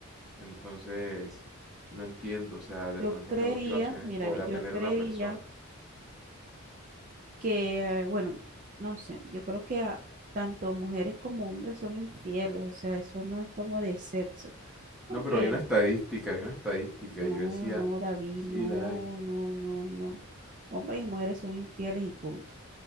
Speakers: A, in the centre; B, on the right.
A: Entonces, no entiendo, o sea, de
B: yo
A: pronto
B: creería,
A: qué motivaciones
B: mira,
A: podrá
B: yo
A: tener
B: creería
A: una persona.
B: que, bueno, no sé, yo creo que a- tanto mujeres como hombres son infieles, o sea, eso no es como de sexo, porque
A: No, pero hay una estadística, hay una estadística,
B: no,
A: y yo decía,
B: no, David,
A: sí
B: no,
A: la hay,
B: no, no, no, hombres y mujeres son infieles y punto.